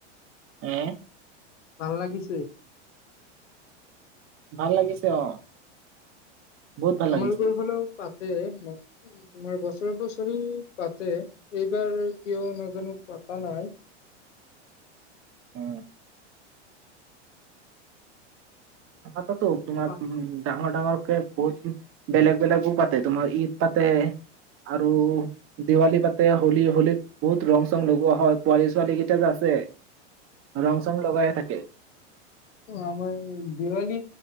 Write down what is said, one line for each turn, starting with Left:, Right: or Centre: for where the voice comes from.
Right: আহ
Left: ভাল লাগিছে?
Right: ভাল লাগিছে অ। বহুত ভাল
Left: আমালোকৰ
Right: লাগিছে
Left: ফালেও পাত তোমাৰ বছৰে বছৰি পাতে এইবাৰ কিয় নাজানো পা পতা নাই।
Right: উ আমাৰতাতো তোমাৰ
Left: অ
Right: উ ডাঙৰ ডাঙৰকে বহুত বেলেগ বেলেগও পাতে তোমাৰ ঈদ পাতে আৰু দিৱালী পাতে হলী হলীত বহুত ৰং চং লগোৱা হয় পোৱালী ছোৱালী কেইটা যে আছে ৰং চং লগাই থাকে
Left: আমাৰ দিৱালী